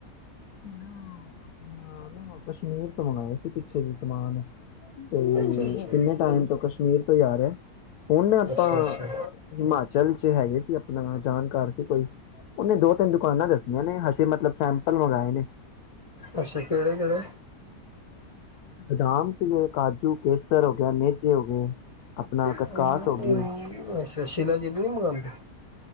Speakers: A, on the left; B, on the left.
A: ਨਾ ਆਪ ਨਾ ਕਸ਼ਮੀਰ ਤੋਂ ਮੰਗਵਾਐ ਸੀ ਪਿੱਛੇ ਜਿ ਸਮਾਨ। ਤੇ,
B: ਅੱਛਾ ਅੱਛਾ
A: ਕਿੰਨੇ ਟਾਈਮ ਤੋਂ ਕਸ਼ਮੀਰ ਤੋਂ ਜਾ ਰਿਹਾ। ਹੁਣ ਆਪਾਂ,
B: ਅੱਛਾ ਅੱਛਾ
A: ਹਿਮਾਚਲ ਚ ਹੈਗੇ ਸੀ ਆਪਣਾ ਜਾਣ ਘਰ ਸੀ ਕੋਈ, ਉਹਨੇ ਦੇ ਤਿੰਨ ਦੁਕਾਨਾਂ ਦੱਸੀਆਂ ਨੇ, ਹਜੇ ਮਤਲਬ ਸੈ ਮੰਗਾਏ ਨੇ।
B: ਅੱਛਾ, ਕਿਹੜੇ -ਕਿਹੜੇ
A: ਬਦਾਮ। ਕਾਜੂ, ਕਿਸ਼ - ਫੇਰ ਹੋ ਗਿਆ, ਨੇਜੇ ਹੋ ਗਏ।
B: <unintelligible>
A: ਆਪਣਾ ਕਸਕਾਸ ਹੋ ਗਈ।
B: ਅਤੇ ਸ਼ੀਲਾ ਜੀਤ ਨਹੀਂ ਮੰਗਵਾਉਦੇ।